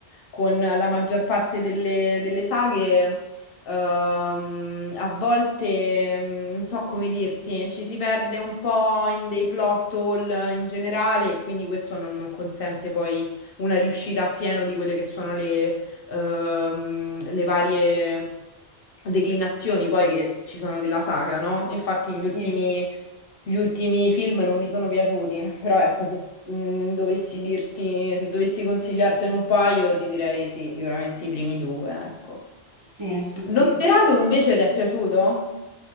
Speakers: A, on the left; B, on the right.
A: con la maggior parte delle, delle saghe, ehm, a volte, mm, non so come dirti, ci si perde un po' in dei plot hole in generale e quindi questo non, non consente poi una riuscita a pieno di quelle che sono le ehm, le varie declinazioni poi che ci sono della saga, no? Infatti gli ultimi,
B: Sì.
A: gli ultimi film non mi sono piaciuti, però ecco, se mh, dovessi dirti, se dovessi consigliartene un paio, ti direi sì, sicuramente i primi due, ecco.
B: Sì, sì, sì.
A: L'ho sperato invece ti è piaciuto?